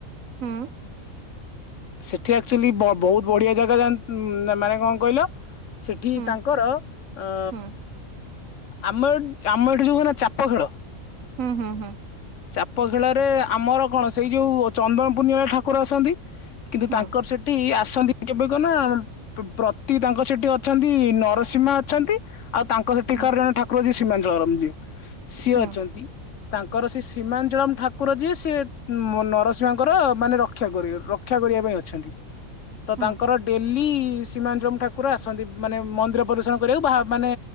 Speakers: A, on the right; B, on the left.
A: ହଁ
B: ସେଠି ଆକ୍ଚୁଆଲି ବହୁତ ବଢିଆ ଜାଗା ଯା ମାନେ କଣ କହିଲ? ସେଠି
A: ହୁଁ
B: ତାଙ୍କର ଅ
A: ହୁଁ
B: ଆମ ଆମ ଏଠି ଯୋଉ କ ନା ଚାପ ଖେଳ।
A: ହୁଁ ହୁଁ ହୁଁ।
B: ଚାପ ଖେଳରେ ଆମର କଣ ସେଇ ଯୋଉ ଚନ୍ଦନ ପୂର୍ଣ୍ଣିମା ଠାକୁର ଆସନ୍ତି। କିନ୍ତୁ
A: ହୁଁ
B: ତାଙ୍କର ସେଠି ଆସନ୍ତି କେବେ କୁନା ପ୍ରତି ତାଙ୍କ ସେଠି ଅଛନ୍ତି ନରସିଂମା ଅଛନ୍ତି ଆଉ ତାଙ୍କ ସେଠିକାର
A: ହୁଁ
B: ଜଣେ ଠାକୁରଜୀ ସୀମାଞ୍ଚଳରାମଜୀ ସିଏ
A: ହୁଁ
B: ଅଛନ୍ତି। ତାଙ୍କର ସେ ସୀମାଞ୍ଚଳମ୍ ଠାକୁର ଯିଏ ସିଏ ନରସିଂ <unintelligible> ଙ୍କର ମାନେ ରକ୍ଷାକର ରକ୍ଷା କରିବା ପାଇଁ ଅଛନ୍ତି। ତ
A: ହୁଁ
B: ତାଙ୍କର ଡେଲି ସୀମାଞ୍ଚଳମ୍ ଠାକୁର ଆସନ୍ତିବି। ମାନେ ମନ୍ଦିର ପ୍ରଦର୍ଶନ କରିବାକୁ ବା ମାନେ